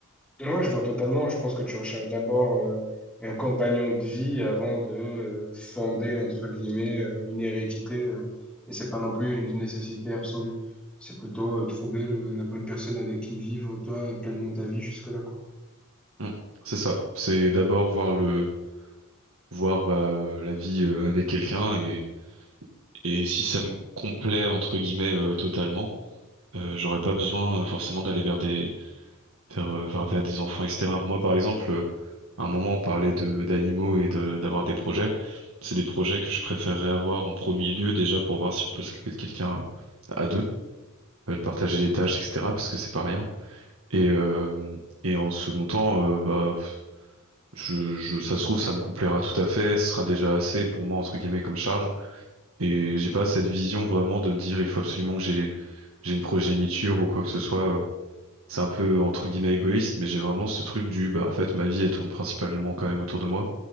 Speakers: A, in the centre; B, on the right.
A: Ouais, ouais, je vois totalement. Je pense que tu recherches d'abord euh, un compagnon de vie avant de euh, fonder, entre guillemets, euh, une hérédité. euh, et c'est pas non plus une nécessité absolue. C'est plutôt euh, trouver le- la bonne personne avec qui vivre, toi, pleinement ta vie jusque-là, quoi.
B: Mm. C'est ça. C'est d'abord voir le, voir bah euh, la vie euh, avec quelqu'un et et si ça me complaît entre guillemets euh, totalement. Euh, j'aurais pas besoin euh, forcément d'aller vers des vers, euh, vers, vers des enfants, etc. Moi, par exemple, euh, à un moment, on parlait de d'animaux et de- d'avoir des projets. C'est des projets que je préférerais avoir en premier lieu déjà pour voir si on peut s'occuper de quelqu'un euh, à deux, euh, de partager les tâches, etc. Parce que c'est pas rien. Et euh, et en second temps, euh, bah pff, je, je ça se trouve ça me complaira tout à fait. Ce sera déjà assez pour moi entre guillemets comme charge. Et j'ai pas cette vision vraiment de me dire il faut absolument que j'ai j'ai une progéniture ou quoi que ce soit. euh, C'est un peu entre guillemets égoïste, mais j'ai vraiment ce truc du bah en fait ma vie elle tourne principalement quand même autour de moi.